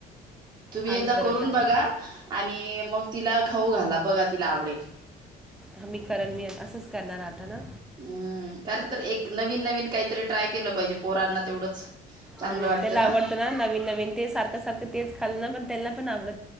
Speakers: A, on the right (about 25°); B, in the centre.
A: तुम्ही
B: आली
A: एकदा
B: परत
A: करून
B: आली
A: बघा, आणि मग तिला खाऊ घाला. बघा तिला आवडेल.
B: ह मी करण, मी असंच करणार आता ना.
A: हम्म, कारण तर एक नवीन नवीन काहीतरी ट्राय केलं पाहिजे, पोरांना तेवढंच, चांगलं
B: हम्
A: वाटतं
B: त्याला आवडतं ना नवीन - नवीन, ते सारखं- सारखं तेच खाल ना पण त्याला पण आवड